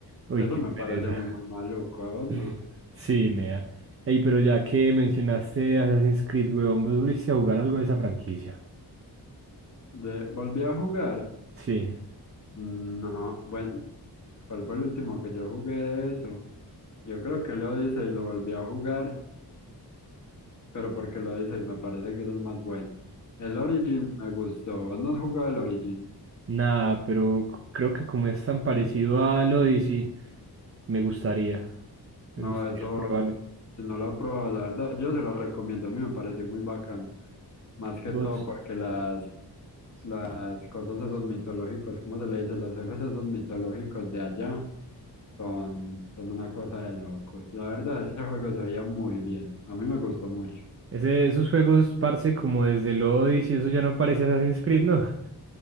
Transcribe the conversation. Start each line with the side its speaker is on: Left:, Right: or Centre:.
Right: Uy,
Left: Eso
Right: qué
Left: me
Right: pereza.
Left: parece a mí muy maluco, a vos
Right: <laughs>
Left: no.
Right: Sí, nea. Ey, pero ya que mencionaste Assassin's Creed, weón, ¿vos volviste a jugar algo de esa franquicia?
Left: De, volví a jugar.
Right: Sí.
Left: No, bueno, ¿cuál fue el último que yo jugué de eso? Yo creo que el Odyssey lo volví a jugar, pero porque el Odyssey me parece que es el más bueno. El Origins me gustó. ¿Vos no has jugado el Origins?
Right: Nada, pero c- creo que como es tan parecido al Odyssey, me gustaría. Me
Left: No,
Right: gustaría
Left: eso,
Right: probarlo.
Left: si no lo he probado, la verdad, yo se lo recomiendo. A mí me pareció muy bacán. Más que
Right: Vos,
Left: todo porque las, las cosas esos mitológicos, ¿cómo se le dice? Los jefes esos mitológicos de allá son, son una cosa de locos. La verdad, ese juego se veía muy bien. A mí me gustó mucho.
Right: ese, esos juegos, parce, como desde el Odyssey, eso ya no parece Assassin's Creed, ¿no? <laughs>